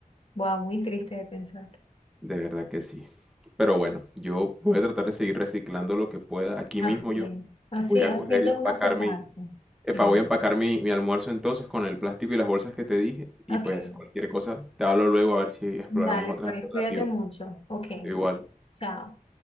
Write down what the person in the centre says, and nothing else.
de verdad que sí. Pero bueno, yo voy a tratar de seguir reciclando lo que pueda aquí
mismo yo
Voy a
coger
y empacar
mi... Epa,
voy a empacar mi, mi almuerzo entonces con el plástico y las bolsas que te dije. Y
pues cualquier cosa, te hablo luego a ver si exploramos
otras
alternativas.
Igual.